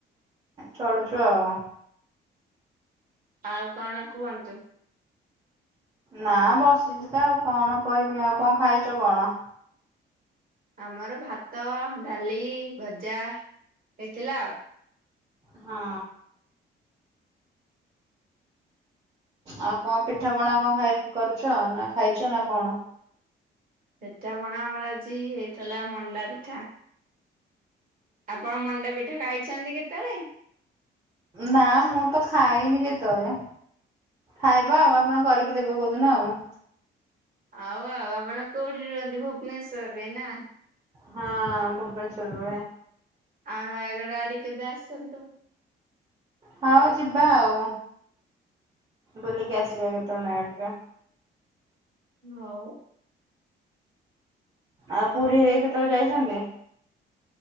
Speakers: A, on the right; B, on the right.
A: ଚଳୁଛୁ ଆଉ।
B: ଆଉ କଣ କୁହନ୍ତୁ।
A: ନା ବସିଛି ତ ଆଉ କଣ କହିବି ଆଉ କଣ ଖାଇଛ କଣ।
B: ଆମର ଭାତ ଡାଲି ଭଜା ହେଇଥିଲା ଆଉ।
A: ହଁ। ଆଉ କଣ ପିଠା ପଣା କଣ ଖାଇ କରୁଛ ନା ଖାଇଛ ନା କଣ।
B: ସେଟାପଣା ଆମର ଆଜି ହେଇଥିଲା ମଣ୍ଡା ପିଠା। ଆପଣ ମଣ୍ଡପିଠା ଖାଇଛନ୍ତି କେତେବେଳେ।
A: ନା ମୁଁ ତ ଖାଇନି କେତେବେଳେ। ଖାଇବା ଆଉ ଆପଣ କରିକି ଦେବେ କୋଉଦୁନ ଆଉ।
B: ଆଉ ଆଉ ଆପଣ କୋଉଠି ରୁହନ୍ତି ଭୁବ୍ନେଶ୍ଵର ରେ ନା।
A: ହଁ ଭୁବନେଶ୍ୱର ରୁହେ।
B: ଆଉ ନୟଗଡ ଆଡ କେବେ ଆସନ୍ତୁ।
A: ହଉ ଯିବା ଆଉ ବୁଲିକି ଆସିବା କେତେବେଳେ ନାୟାଗଡରେ।
B: ହଉ।
A: ଆଉ ପୁରୀରେ କେତେବେଳେ ଯାଇଛନ୍ତି।